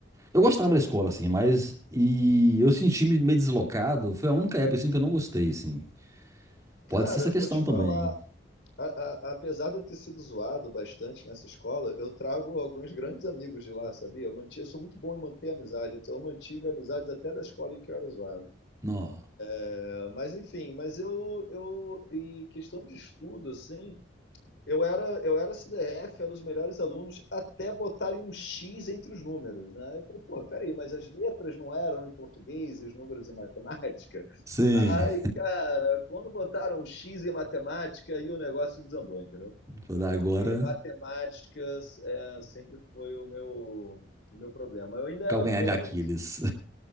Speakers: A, on the right; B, on the left.
A: eu gostava da escola, assim, mas e eu senti me meio deslocado. Foi a única época assim, que eu não gostei, assim.
B: Cara,
A: Pode ser essa questão
B: vou te
A: também.
B: falar,
A: hein?
B: a- a- apesar de eu ter sido zoado bastante nessa escola, eu trago alguns grandes amigos de lá, sabia? Eu, manti, eu sou muito bom em manter amizade, então eu mantive amizades até da escola em que eu era zoado.
A: Nó.
B: É, mas enfim, mas eu, eu, em questão de estudo, assim, Eu era, eu era CDF, era os melhores alunos, até botarem um X entre os números, né? Eu falei, pô, peraí, mas as letras não eram em português e os números em matemática? <laughs>
A: Sim.
B: Aí, cara, quando botaram um X em matemática, aí o negócio desandou, entendeu?
A: Vou dar
B: Porque
A: agora
B: matemáticas é, sempre foi o meu, o meu problema. Eu ainda era
A: calcanhar
B: bom
A: de Aquiles.